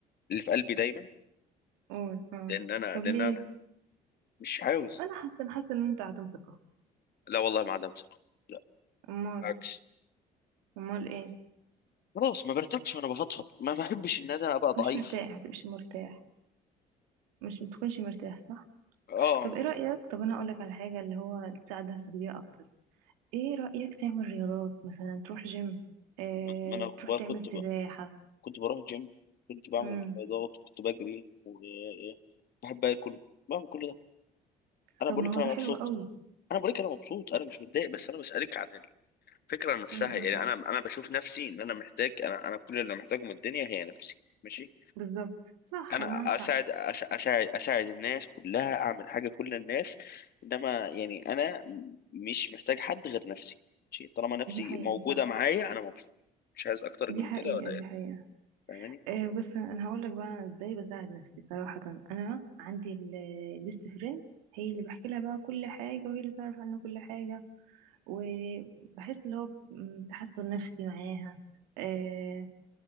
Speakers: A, on the left (about 55°); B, on the right (about 80°).
A: اللي في قلبي دايما
B: قول اه
A: لان انا
B: طب
A: لان
B: ليه
A: انا مش عاوز
B: انا حاسة حاسة ان انت عدم ثقة
A: لا والله ما عدم ثقه لا
B: امال
A: بالعكس
B: امال ايه
A: خلاص ما برتاحش وانا بفضفض ما بحبش ان انا ابقى ضعيف
B: مش مرتاح ما تبقاش مرتاح مش بتكونش مرتاح صح
A: اه
B: طب ايه رأيك طب انا هقول لك على حاجة اللي هو تساعد نفسك بيها اكتر ايه رأيك تعمل رياضات مثلا تروح جيم اه
A: ما انا
B: تروح
A: ب-
B: تعمل
A: كنت ب...
B: سباحة
A: كنت بروح جيم كنت بعمل
B: امم
A: رياضات كنت بجري وبحب اكل بعمل كل ده انا
B: طب
A: بقول
B: ما
A: لك
B: هو
A: انا
B: ده
A: مبسوط
B: حلو قوي
A: انا بقول لك انا مبسوط انا مش متضايق بس انا بسالك عن الفكرة نفسها
B: امم
A: يعني أنا أنا بشوف نفسي إن أنا محتاج أنا أنا كل اللي محتاجه من الدنيا هي نفسي ماشي
B: بالظبط صح
A: أنا
B: انا معاك
A: أساعد
B: حق
A: أس- أساعد أساعد الناس كلها أعمل حاجة كل الناس إنما يعني أنا مش محتاج حد غير نفسي ماشي طالما نفسي
B: دي حقيقة
A: موجودة
B: صح
A: معايا أنا مبسوط مش عايز أكتر
B: دي
A: من
B: حقيقة
A: كده ولا
B: دي
A: إيه
B: حقيقة
A: فاهماني
B: آه بس انا هقول لك بقى ازاي بساعد نفسي صراحة انا عندي ال- البيست فريند هي اللي بحكي لها بقى كل حاجة وهي اللي تعرف عني كل حاجة وبحس اللي هو م- تحسن نفسي معاها آه